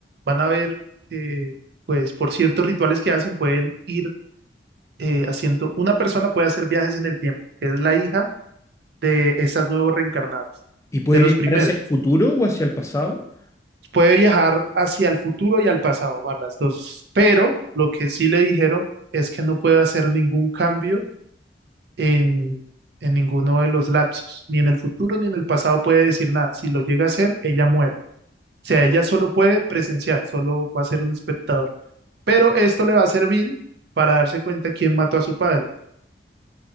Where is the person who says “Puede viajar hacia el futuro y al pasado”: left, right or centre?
Right